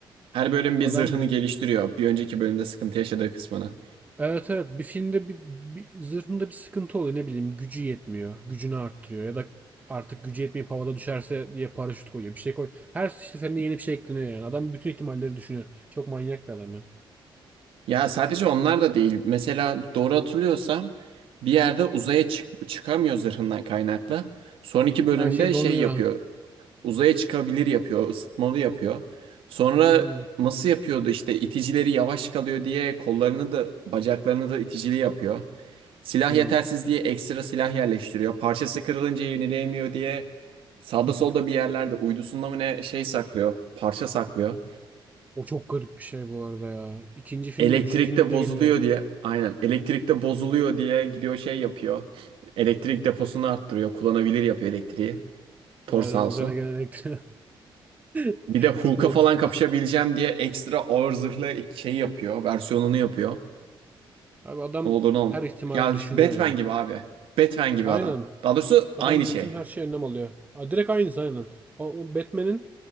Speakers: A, on the right; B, on the right.
A: Her bölüm bir
B: Adam
A: zırhını geliştiriyor. Bir önceki bölümde sıkıntı yaşadığı kısmını.
B: Evet evet bir filmde bir, bir zırhında bir sıkıntı oluyor ne bileyim gücü yetmiyor gücünü arttırıyor ya da artık gücü yetmeyip havada düşerse diye paraşüt koyuyor bir şey koy. Her seferinde yeni bir şey ekleniyor yani adam bütün ihtimalleri düşünüyor. Çok manyak bir adam ya.
A: Ya sadece onlar da değil. Mesela doğru hatırlıyorsam bir yerde uzaya çık çıkamıyor zırhından kaynaklı. Son iki bölümde
B: Her şey
A: şey
B: donuyor.
A: yapıyor. uzaya çıkabilir yapıyor, ısıtmalı yapıyor. Sonra
B: Aynen
A: nasıl yapıyordu işte iticileri yavaş kalıyor diye kollarını da bacaklarını da iticili yapıyor. Silah
B: aynen.
A: yetersiz diye ekstra silah yerleştiriyor. Parçası kırılınca yenileyemiyor diye sağda
B: <laughs>
A: solda bir yerlerde uydusunda mı ne şey saklıyor, parça saklıyor.
B: O çok garip bir şey bu arada ya. İkinci filmde
A: Elektrikte
B: üçüncü filmde
A: bozuluyor
B: geliyor.
A: diye aynen elektrikte bozuluyor diye gidiyor şey yapıyor. Elektrik deposunu arttırıyor, kullanabilir yapıyor elektriği. Thor
B: Evet
A: sağ
B: evet,
A: olsun.
B: üzerine gelerek. <laughs>
A: Bir de Hulk'a
B: Çok mantıklı
A: falan kapışabileceğim
B: bir şey.
A: diye ekstra ağır zırhlı şey yapıyor. Versiyonunu yapıyor.
B: Abi adam
A: Ne olur ne olmaz.
B: her ihtimali
A: Ya işte
B: düşünüyor
A: Batman
B: ya.
A: gibi abi. Batman gibi
B: Aynen
A: adam. Daha doğrusu
B: Adam
A: aynı şey.
B: bütün her şeye önlem alıyor. Aa, direkt aynısı aynen. O, o Batman'in